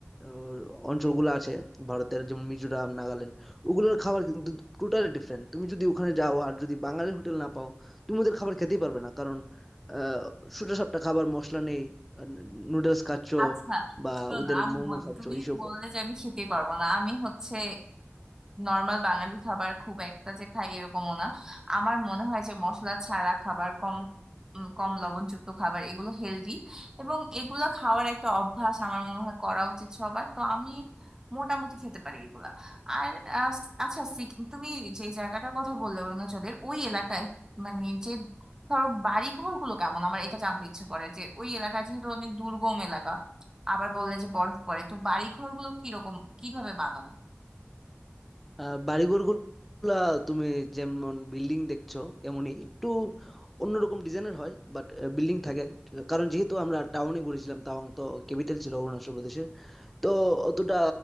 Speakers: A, in the centre; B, on the right.
A: আহ, অঞ্চলগুলো আছে ভারতের যেমন মিজোরাম, নাগাল্যান্ড ওগুলোর খাবার কিন্তু টোটালি ডিফারেন্ট। তুমি যদি ওখানে যাও আর যদি বাঙালি হোটেল না পাও তুমি ওদের খাবার খেতেই পারবে না কারণ আহ, সোজা সাপটা খাবার মশলা নেই নুডলস খাচ্ছ
B: আচ্ছা
A: বা
B: শোনো
A: ওদের
B: আমি
A: মোমো
B: বলি
A: খাচ্ছ
B: তুমি
A: এইসব
B: বললে যে আমি খেতেই পারবো না আমি হচ্ছে নর্মাল বাঙালি খাবার খুব একটা যে খাই এরকমও না আমার মনে হয় যে মশলা ছাড়া খাবার কম উম, কম লবণযুক্ত খাবার এগুলো হেলদি এবং এগুলো খাওয়ার একটা অভ্যাস আমার মনে হয় করা উচিত সবার তো আমি মোটামুটি খেতে পারি এগুলা আর আহ, আচ্ছা সিক- তুমি যে জায়গাটার কথা বললে অরুণাচলের ওই এলাকায় মানে যে ধরো বাড়ি ঘরগুলো কেমন আমার এটা জানতে ইচ্ছে করে যে ওই এলাকা যেহেতু অনেক দুর্গম এলাকা আবার বললে যে বরফ পড়ে তো বাড়ি ঘরগুলো কিরকম কিভাবে বানানো
A: আহ বাড়িঘর গুলা তুমি যেমন বিল্ডিং দেখছো এমনই একটু অন্যরকম ডিজাইনের হয় বাট বিল্ডিং থাকে কারণ যেহেতু আমরা টাউনে ঘুরেছিলাম তাওয়াং তো ক্যাপিটাল ছিল অরুণাচল প্রদেশের তো অতটা